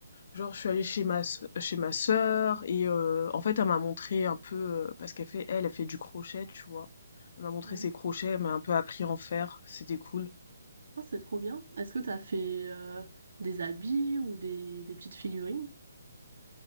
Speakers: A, on the left (about 50°); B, on the right (about 70°).
A: genre je suis allée chez ma s- chez ma sœur et euh, en fait elle m'a montré un peu euh, parce qu'elle fait elle, elle fait du crochet, tu vois. Elle m'a montré
B: Ouais.
A: ses crochets, elle m'a un peu appris à en faire, c'était cool.
B: Oh, c'est trop bien. Est-ce que t'as fait euh, des habits ou des, des petites figurines?